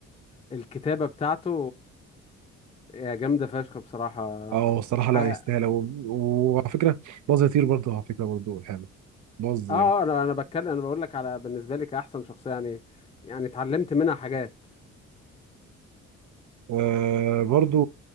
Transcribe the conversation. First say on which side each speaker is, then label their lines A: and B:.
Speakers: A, on the left; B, on the right.
A: الكتابة بتاعته يا جامدة فشخ بصراحة
B: اه الصراحه لا
A: ح- اه
B: يستاهل و- وعلى فكره باظ يطير برضه على فكره برضه حلو باظ
A: آه،
B: يعني
A: انا انا بتكلم انا بقول لك على بالنسبة لي كأحسن شخصية يعني يعني اتعلمت منها حاجات
B: آه برضه